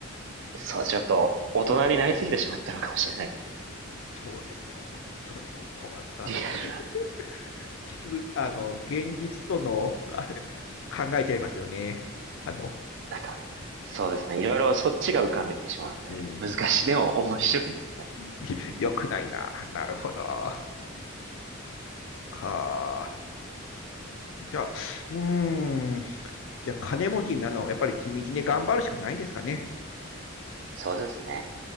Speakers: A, on the right; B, on the left.
A: そう、ちょっと大人になりすぎてしまったのかもしれないですね。
B: うんそうですよ。本当にも困った話だ。
A: リアルな。
B: <laughs> 結局、あの、現実との、あれ、考えちゃいますよね。あの、
A: なんか、そうですね。いろいろそっちが浮かんできてしまうので、
B: うん、うん
A: 難しい。でも面白いですね。
B: <laughs> 良くないな。なるほど。か。じゃあ、うーん。じゃあ、金持ちになるのは、やっぱり地道に頑張るしかないんですかね。
A: そうですね。